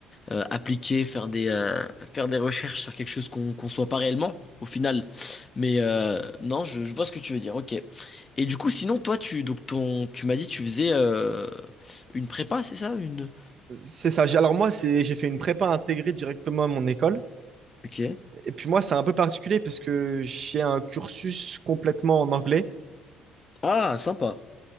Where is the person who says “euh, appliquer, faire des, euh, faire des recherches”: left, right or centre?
Left